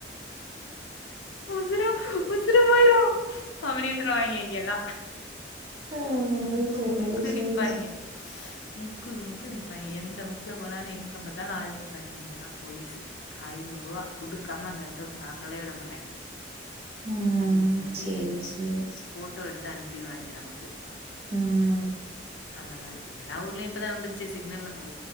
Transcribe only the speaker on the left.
உசுரோ உசுரு போய்ரு அப்டின்றுவாங்கே இங்கெல்லா
முக்குக்கு
முக்கு
நிப்பாங்கே முக்குகு முக்கு நிப்பாங்கே எந்த முக்குல போனாலு எங்க பாத்தாலு ஆள் நிப்பாங்கே இங்கெல்லா போலீசு ஐநூருவா குடுக்காம அந்த எடத்த வுட்டு நகலே வுட மாட்டாங்கே
இல்லாட்டி
போட்டோ எடுத்து அனுப்பிருவாங்கே நமக்கு
அந்த மாரி எல்லா ஊர்லயு இப்பதா வந்துருச்சே சிக்னல்ல ஃபு